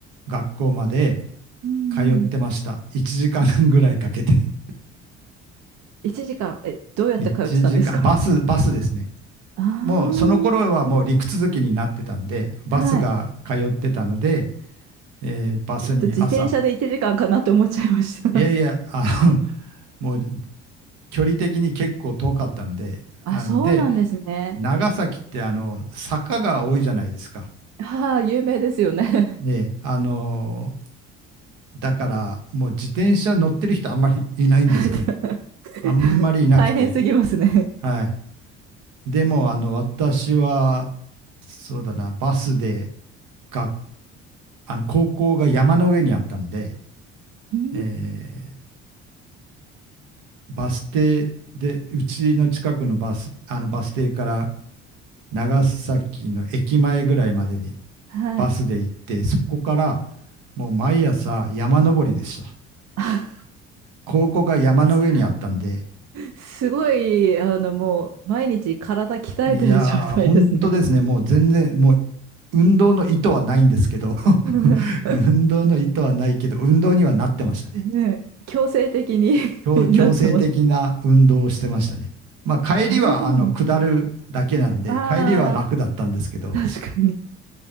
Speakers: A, on the right (about 75°); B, on the right (about 55°).
A: 学校まで
B: うんうん。
A: 通ってました。1時間ぐらいかけて。<laughs>
B: 1時間、え、どうやって通ってたんですか
A: 1時間、バス、バスですね。
B: あ
A: もうその頃はもう陸続きになってたんで、バスが通ってたので、
B: あー、はい。
A: えーバスに朝、
B: ちょっと自転車で1時間かんかなと思っちゃいました。<laughs>
A: いやいや、あの、もう距離的に結構遠かったんで、
B: あ、
A: あので、
B: そうなんですね。
A: 長崎ってあの坂が多いじゃないですか。
B: ああ、有名ですよね。
A: ね、あのだからもう自転車乗ってる人あんまりいないんですよね。
B: <laughs>
A: あんまりいなくて。
B: 大変すぎますね。
A: はい。でも、あの、私は、そうだな、バスで、が、あの、高校が山の上にあったんで、
B: うーん、
A: えーバス停で、うちの近くのバス、あの、バス停から長崎の駅前ぐらいまでに
B: はい。
A: バスで行って、そこからもう毎朝山登りでした。
B: あ
A: 高校が山の上にあったんで、
B: <laughs> すすごい、あの、もう、毎日体鍛えてる状態ですね。
A: いやー、本当ですね、もう全然、もう運動の意図はないんですけど、
B: <laughs>
A: <laughs> 運動の意図はないけど、運動にはなってましたね。
B: ねえ、強制的に <laughs>
A: 強、強制的な運動をしてましたね。
B: なってます。
A: まあ、帰りはあの下るだけなんで、
B: そうね。あ
A: 帰りは楽だったんですけど、
B: <laughs> 確かに。